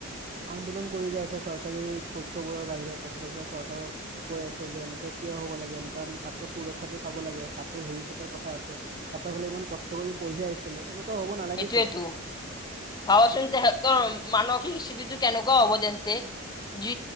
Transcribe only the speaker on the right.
আন্দোলন কৰি যাই আছে চৰকাৰী পক্ষবোৰৰ বাহিৰত তাৰিছতে এইফালে চৰকাৰক কৈ আছে যে এনেকুৱা -- কিয় হ'ব লাগে এনেকুৱা আমি ছাত্ৰ সুৰক্ষাতটো চাব লাগে ছাত্ৰৰ ভৱিষ্যতৰ কথা আছে ছাত্ৰৰ ফালে ইমান কষ্ট কৰি পঢ়ি আহছিলে এনেকুৱা হ'ব নালাগিছিলে